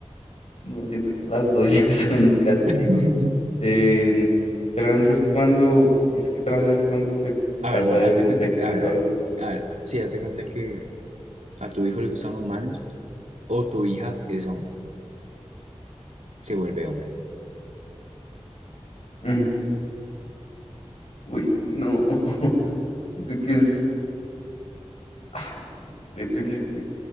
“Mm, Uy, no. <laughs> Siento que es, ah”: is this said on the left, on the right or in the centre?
Left